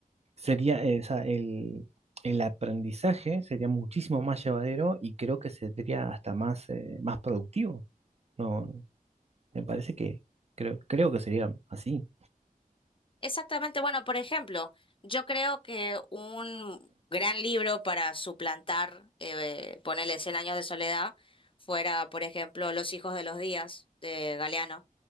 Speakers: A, on the right; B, on the left.
A: sería, eh, o sea, el, el aprendizaje sería muchísimo más llevadero y creo que sería hasta más, eh, más productivo. No. Me parece que creo, creo que sería así.
B: Exactamente. Bueno, por ejemplo, yo creo que un gran libro para suplantar, eh, eh, ponerle 100 años de soledad, fuera, por ejemplo, Los hijos de los días de Galeano.